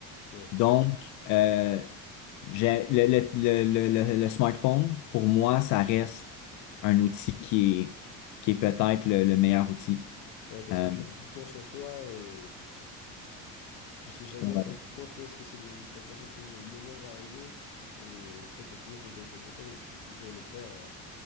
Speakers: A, on the left; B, on the left.
A: Ouais.
B: Donc, euh, j'ai, le, le, le, le, le- le smartphone, pour moi, ça reste un outil qui est, qui est peut-être le, le meilleur outil.
A: Ouais, parce
B: Euh,
A: que tu as tout le temps sur toi, et tu sais jamais
B: ouais.
A: quand, quand est-ce que c'est le, enfin, quand est-ce que le moment va arriver, et en fait, t'as toujours ton téléphone sur toi, donc tu peux toujours le faire euh,